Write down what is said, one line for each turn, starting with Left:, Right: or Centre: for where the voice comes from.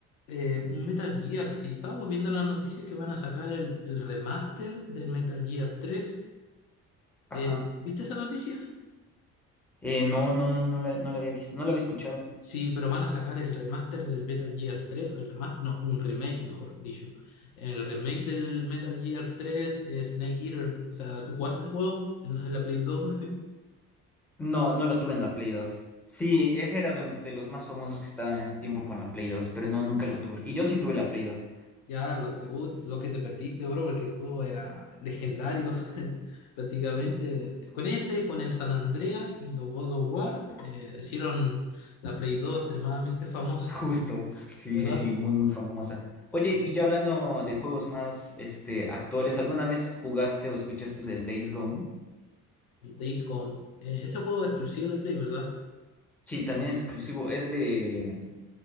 Left: eh, un Metal Gear, si estábamos viendo las noticias que van a sacar el, el remaster del Metal Gear tres
Centre: Ajá.
Left: Eh, ¿viste esa noticia?
Centre: Eh, no, no, no, no la, no la había visto. No la había escuchado.
Left: Sí, pero van a sacar el remaster del Metal Gear 3, el remaster, no, un remake, mejor dicho. El remake del Metal Gear 3, eh, Snake Eater. O sea, ¿tú jugaste ese juego en, en la Play 2? <laughs>
Centre: No, no lo tuve en la Play dos Sí, ese era de, de los más famosos que estaban en su tiempo con la Play dos pero no, nunca lo tuve. Y yo sí tuve la Play dos
Left: Ya, los debut, lo que te perdiste, bro, porque el juego era legendario, <laughs> prácticamente. Con ese, con el San Andreas y los God of War, eh, hicieron la Play 2 extremadamente famosa,
Centre: Justo. Sí,
Left: ¿verdad?
Centre: sí, sí, muy, muy famosa. Oye,
Left: Sí,
Centre: y ya hablando de juegos más, este, actuales, ¿alguna vez jugaste o escuchaste del Days Gone?
Left: el Days Gone. Eh, ese juego es exclusivo de Play, ¿verdad?
Centre: Sí, también es exclusivo. Es de,